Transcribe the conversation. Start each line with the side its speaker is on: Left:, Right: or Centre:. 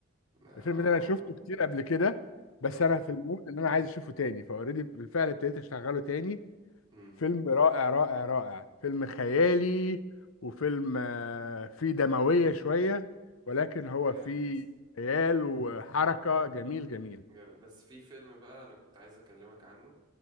Right: ما
Left: الفيلم
Right: اه
Left: ده انا شفته كتير قبل كده بس
Right: مم،
Left: انا في المود ان انا عايز اشوفه تاني فاوريدي بالفعل ابتديت اشغله تاني
Right: مم،
Left: فيلم رائع رائع رائع فيلم خيالي وفيلم آه، فيه دموية شوية ولكن هو
Right: جامد
Left: فيه خيال وحركة جميل جميل
Right: جامد بس في فيلم بقى انا كنت عايز اكلمك عنه